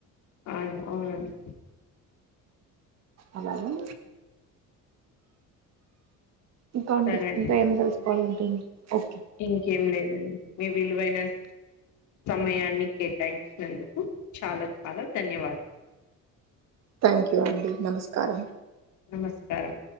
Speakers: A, on the left; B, on the right.
A: హాయ్ అవునండి
B: అలాగా ఇంకా
A: సరే అండి
B: ఇంకా ఏం తెలుసుకోవాలంటే
A: మీ
B: ఓకే
A: ఇంకేం లేదండి మీ విలువైన సమయాన్ని కేటాయించినందుకు చాలా చాలా ధన్యవాదం
B: థ్యాంక్ యు అండి నమస్కారం
A: నమస్కారం